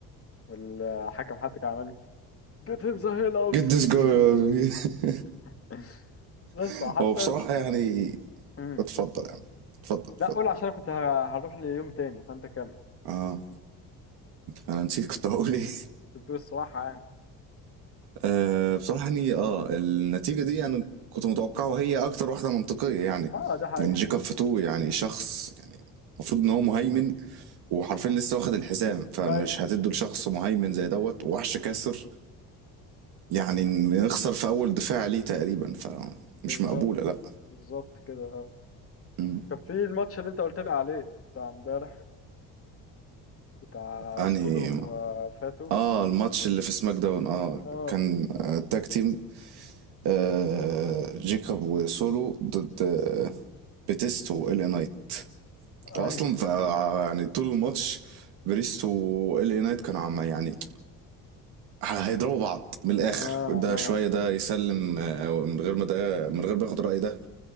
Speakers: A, on the left; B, on the right.
A: والحكم حتى كان عمال get him the hell out
B: get
A: of
B: this
A: here
B: guy
A: <laughs> بس
B: <laughs>
A: حتى
B: هو بصراحة يعني
A: مم.
B: اتفضل يعني اتفضل اتفضل
A: لا قول عشان أنا كنت ه- هروح ليوم تاني فانت كمل
B: اه انا نسيت كنت هقول ايه
A: كنت بتقول الصراحه يعني
B: أه بصراحة يعني اه النتيجة دي يعني كنت متوقعه وهي أكتر واحدة منطقية يعني
A: اه ده حقيقي
B: يعني جيكوب فاتو يعني شخص يعني المفروض إن هو مهيمن وحرفيا لسه واخد الحزام فمش
A: ايوه
B: هتدوا لشخص مهيمن زي دوت ووحش كاسر يعني إن يخسر في أول دفاع ليه تقريبا فمش
A: بالظبط
B: مقبولة لأ
A: بالظبط كده اه.
B: مم.
A: كان في الماتش اللي انت قلت لي عليه بتاع امبارح بتاع
B: أنهي
A: سولو وفاتو
B: اه الماتش اللي في سماك داون اه
A: اه
B: كان آه، تاج تيم آه جيكوب وسولو ضد آه بيتيستو ال نايت
A: ايوه
B: اصلا ف يعني طول الماتش بريست وال اي نايت كانوا عم يعني ه- هيضربوا بعض من الاخر
A: اه
B: ده
A: اه
B: شويه ده يسلم آه، من غير ما ده من غير ما ياخد راي ده